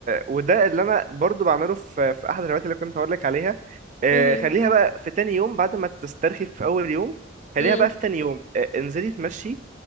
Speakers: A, on the right; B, on the left.
A: وده اللي انا برضو بعمله في في احد الهوايات اللي كنت هقول لك عليها آه،
B: إيه هي
A: خليها بقى في تاني يوم بعد ما تسترخي في اول يوم خليها
B: امم
A: بقى في تاني يوم آه، انزلي تمشي